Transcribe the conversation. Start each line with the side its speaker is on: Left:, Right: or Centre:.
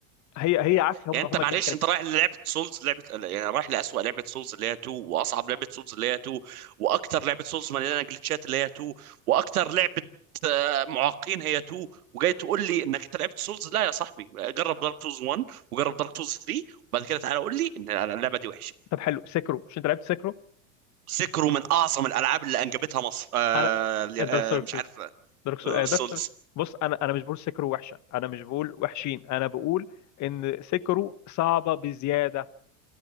Left: هي هي عارف هم
Right: يعني انت
Left: هم جيم
Right: معلش
Left: ميكانكس
Right: انت رايح للعبه سولز لعبه يعني رايح لاسوأ لعبه سولز اللي هي 2 واصعب لعبه سولز اللي هي 2 واكتر لعبه سولز مليانه جلitchات اللي هي 2 واكتر لعبه معاقين هي 2 وجاي تقول لي انك انت لعبت سولز لا يا صاحبي جرب دارك سولز 1 وجرب دارك سولز 3 وبعد كده تعالى قول لي ان اللعبه دي وحشه
Left: طب حلو سيكرو مش انت لعبت سيكرو
Right: سكروا من اعظم الالعاب اللي انجبتها مصر آه
Left: انا
Right: اللي-
Left: دارك
Right: آه
Left: سولز
Right: مش عارف
Left: دارك سول
Right: آه
Left: آه دارك
Right: سولز
Left: سول بص انا انا مش بقول سكرو وحشه انا مش بقول وحشين انا بقول ان سكرو صعبه بزياده